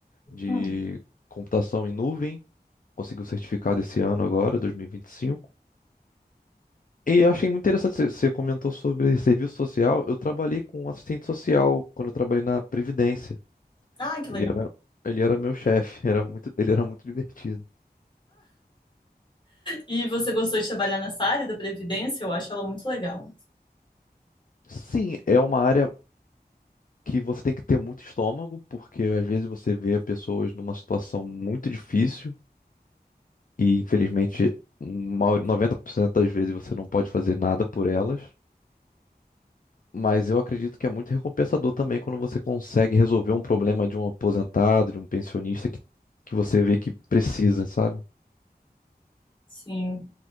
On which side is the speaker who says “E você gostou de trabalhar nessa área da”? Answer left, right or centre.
Left